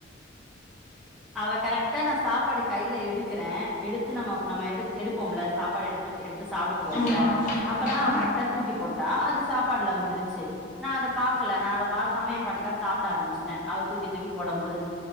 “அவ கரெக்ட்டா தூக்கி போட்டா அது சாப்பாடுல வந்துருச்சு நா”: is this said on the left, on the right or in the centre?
Centre